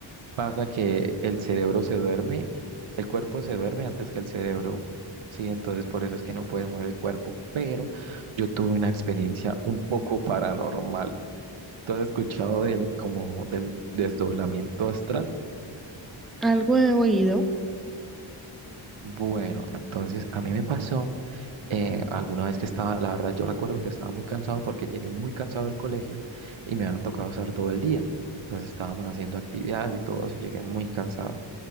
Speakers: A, on the right (about 75°); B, in the centre.
A: pasa que el cerebro se duerme, el cuerpo se duerme antes que el cerebro. Sí, entonces por eso es que no puedes mover el cuerpo. Pero yo tuve una experiencia un poco paranormal. ¿Tú has escuchado del, como del desdoblamiento astral?
B: Algo de oído.
A: Bueno, entonces a mí me pasó eh, alguna vez que estaba, la verdad yo recuerdo que estaba muy cansado porque llegué muy cansado del colegio y me había tocado usar todo el día. Entonces estábamos haciendo actividades y todo eso y llegué muy cansado.